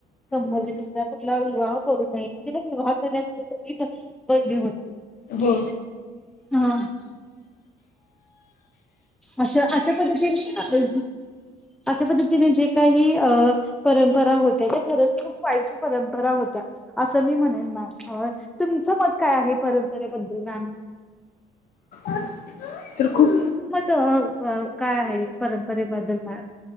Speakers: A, in the centre; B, on the left (about 60°).
A: तरी
B: हो
A: दुसरा कुठला विवाह करू नये विवाह करण्यास <unintelligible> बंदली होती.
B: हो.
A: येस. हा. अशा अशा पद्धतीने अशा पद्धतीने जे काही परंपरा होत्या त्या खरंच खूप वाईट परंपरा होत्या. असं मी म्हणेन मॅम तुमचं मत काय आहे, परंपरेबद्दल मॅम? <inaudible>
B: <inaudible> तर खूप
A: अं अं काय आहे परंपरे बद्दल मॅम?